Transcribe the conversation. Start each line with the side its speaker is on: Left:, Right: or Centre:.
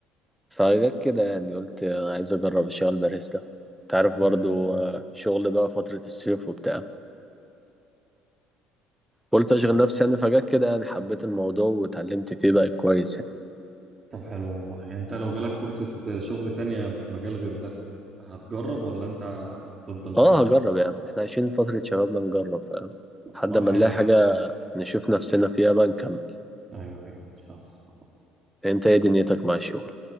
Centre: فجت كده يعني قلت عايز أجرب الشغل باريستا تعرف برضو
Right: مم.
Centre: آه، شغل بقى فترة الصيف وبتاع قلت اشغل
Right: مم.
Centre: نفسي يعني فجأة كده يعني حبيت الموضوع واتعلمت فيه بقى كويس يعني
Right: طب حلو والله يعني انت لو جالك فرصه شغل تانية في مجال غير ده هتجرب ولا انت هتفضل
Centre: اه
Right: هنا
Centre: هجرب يعني احنا عايشين فترة شبابنا نجرب فاهم
Right: والله
Centre: لحد ما
Right: حلو
Centre: نلاقي
Right: يعني
Centre: حاجة نشوف نفسنا فيها بقى نكمل
Right: ايوه ايوه فاهمك خلاص
Centre: انت ايه دنيتك مع الشغل